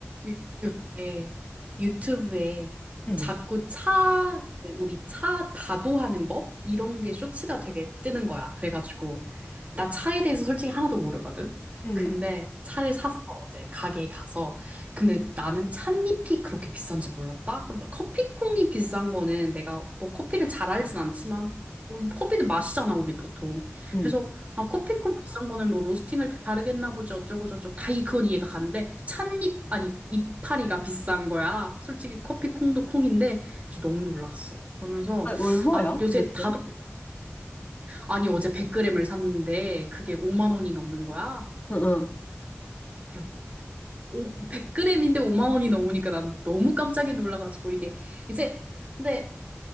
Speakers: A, on the right; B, on the left.
A: 요에 유튜브에
B: 응,
A: 자꾸 차, 우리 차 다도하는 법? 이런 게 쇼츠가 되게 뜨는 거야. 그래가지고 나 차에 대해서 솔직히 하나도 모르거든.
B: 응,
A: 근데 차를 샀어, 어제 가게에 가서. 근데 나는 찻잎이 그렇게 비싼지 몰랐다. 근데 커피콩이 비싼 거는 내가 뭐 커피를 잘 알진 않지만 뭐 커피는 마시잖아, 우리 보통.
B: 응.
A: 그래서 아, 커피콩 비싼 거는 뭐 로스팅을 다르겠나 보지 어쩌고 저쩌고 다 이, 그건 이해가 가는데 찻잎 아니 이파리가 비싼 거야. 솔직히 커피콩도 콩인데 진짜 너무 놀랐어. 그러면서
B: 아니, 얼마야,
A: 아, 요새
B: 도대체?
A: 다
B: 응,
A: 아니, 어제 100g을 샀는데 그게 5만 원이 넘는 거야?
B: 응.
A: 대박. 오, 100g인데 5만 원이 넘으니까 난 너무 깜짝이 놀라가지고 이게 이제 근데